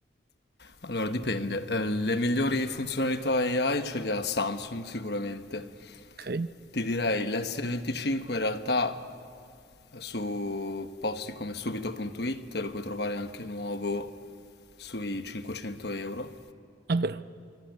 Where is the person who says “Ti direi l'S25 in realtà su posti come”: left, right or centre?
Left